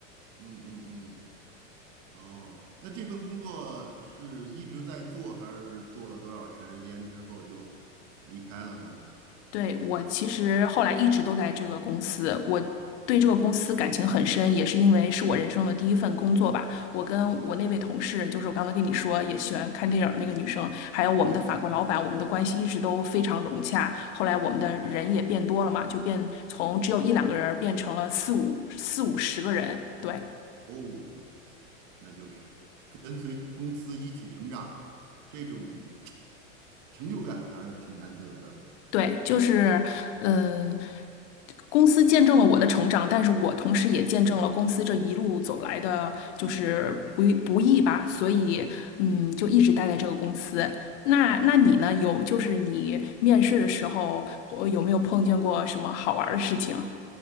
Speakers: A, on the right; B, on the left.
A: 嗯嗯嗯。哦，那这份工作是一直在做，还是做了多少时间之后就离开了呢？
B: 对，我其实后来一直都在这个公司，我对这个公司感情很深，也是因为是我人生的第一份工作吧。我跟我那位同事，就是我刚才跟你说也喜欢看电影儿那个女生，还有我们的法国老板，
A: 嗯，
B: 我们的关系一直都非常融洽。后来我们的人也变多了嘛，就变从只有一两个人儿变成了四五四五十个人。对，
A: 哦，那就是跟随公司一起成长，这种成就感还是挺难得的。
B: 对，就是呃，公司见证了我的成长，但是我同时也见证了公司这一路走来的，就是不易不易吧，所以嗯，就一直待在这个公司。那那你呢？有就是你面试的时候，或有没有碰见过什么好玩儿的事情？